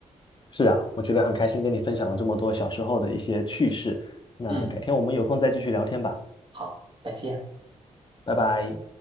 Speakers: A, on the left; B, on the right.
A: 是啊，我觉得很开心跟你分享了这么多小时候的一些趣事。那改天我们有空再继续聊天吧，
B: 嗯，好，再见。
A: 拜拜。